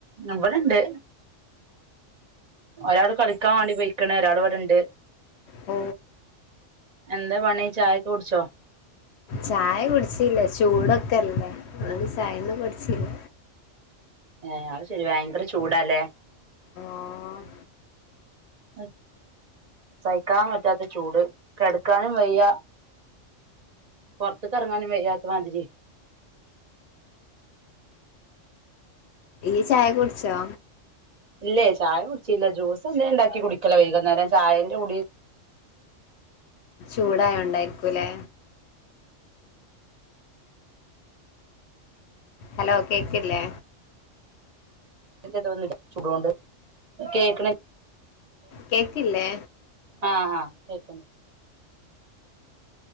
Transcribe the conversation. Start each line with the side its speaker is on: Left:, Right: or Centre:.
Right: ഇവിടെണ്ട് ഒരാള് കളിക്കാൻ വാണ്ടി പെയ്ക്ക്ണ് ഒരാള് വിടെണ്ട്
Left: ഓ
Right: എന്താ പണി ചായക്ക് കുടിച്ചോ
Left: ചായ കുടിച്ചില്ല ചൂടൊക്കെല്ലേ അതോണ്ട് ചായൊന്നും കുടിച്ചില്ല
Right: ഏ അത് ശരി ഭയങ്കര ചൂടാ ലേ
Left: ആഹ്
Right: ഉം സഹിക്കാൻ പറ്റാത്ത ചൂട് കെട്ക്കാനും വയ്യ പൊർത്ത്ക്ക് എർങ്ങാനും വെയ്യാത്ത മാതിരി
Left: ഇയ്യ് ചായ കുട്ച്ചോ?
Right: ഇല്ലേ ചായ കുടിച്ചില്ല ജ്യൂസ് എന്തേലും ണ്ടാക്കി കുടിക്കല വൈകുന്നേരം ചായന്റെ കുടി
Left: ചൂടായോണ്ടായിരിക്കുലേ ഹലോ കേക്കില്ലേ
Right: <unintelligible> ചൂടോണ്ട് കേക്ക്ണ്ൽ
Left: കേക്കില്ലേ
Right: ആ ആ കേക്ക്ണ്ട്